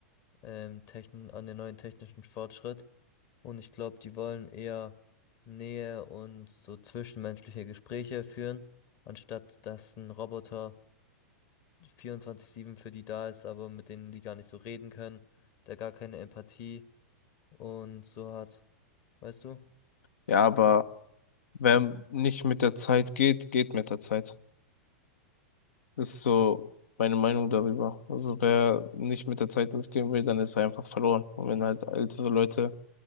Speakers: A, on the left; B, on the left.
A: ähm, Techn, an den neuen technischen Fortschritt. Und ich glaube, die wollen eher Nähe und so zwischenmenschliche Gespräche führen, anstatt dass ein Roboter 24-7 für die da ist, aber mit denen die gar nicht so reden können, der gar keine Empathie und so hat. Weißt du?
B: Ja, aber wer nicht mit der Zeit geht, geht mit der Zeit. Ist so meine Meinung darüber. Also wer nicht mit der Zeit mitgehen will, dann ist er einfach verloren. Und wenn halt ältere Leute